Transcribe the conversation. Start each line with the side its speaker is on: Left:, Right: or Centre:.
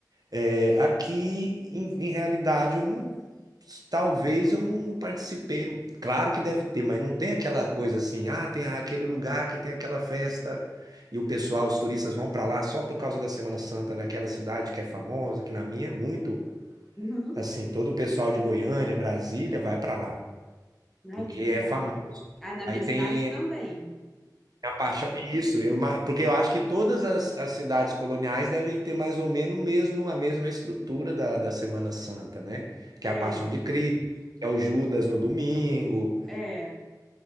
Right: É, aqui, em, em realidade, eu não. Talvez eu não, não participei. Claro que deve ter, mas não tem aquela coisa assim, ah, tem aquele lugar que tem aquela festa e o pessoal, os turistas vão para lá só por causa da Semana Santa naquela cidade que é famosa, que na minha é muito
Centre: Uhum.
Right: assim, todo o pessoal de Goiânia, Brasília vai para lá, porque
Centre: Ai, que
Right: é
Centre: legal.
Right: famoso.
Centre: Aí na
Right: Aí
Centre: minha
Right: tem
Centre: cidade também.
Right: é A paixão, é isso, eu ima- porque eu acho que todas as, as cidades coloniais devem ter mais ou menos o mesmo, a mesma estrutura da, da Semana Santa, né? Que
Centre: É.
Right: é a Paixão de Cristo, que é o Judas no domingo,
Centre: É,